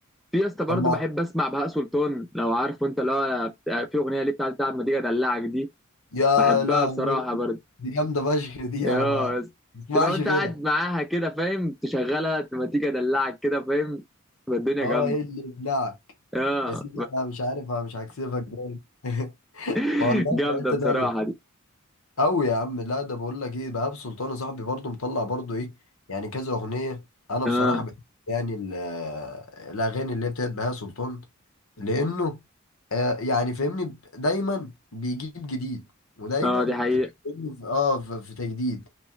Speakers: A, in the centre; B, on the left.
A: في يا اسطى برضه
B: طب ما
A: بحب اسمع بهاء سلطان لو عارفه انت اللي هو بتاع- في اغنيه ليه بتاعت بتاعت ما تيجي ادلعك دي
B: يا
A: بحبها
B: لهوي
A: بصراحه برضه
B: دي جامده فشخ دي
A: اه
B: انا ما
A: يا اسطى
B: بسمعش
A: تبقى وانت
B: غيرها
A: قاعد معاها كده فاهم تشغلها ما تيجي ادلعك كده فاهم تبقى الدنيا
B: اه
A: جامده
B: ايه اللي يبلعك
A: اه
B: يا سيدي انا مش عارف انا مش هكسفك ده <laughs>
A: <laughs>
B: والله
A: جامده
B: في حته
A: بصراحه
B: تانيه
A: دي
B: أوي يا عم لا ده بقول لك إيه بهاء سلطان صاحبي برضه مطلع برضه إيه يعني كذا أغنية أنا بصراحة
A: اه
B: بحب يعني ال- آه، الأغاني اللي هي بتاعت بهاء سلطان لأنه آه يعني فاهمني ب- دايما بيجيب جديد ودايما
A: اه دي حقيقه
B: تلاقيه فاهمني في- آه في في تجديد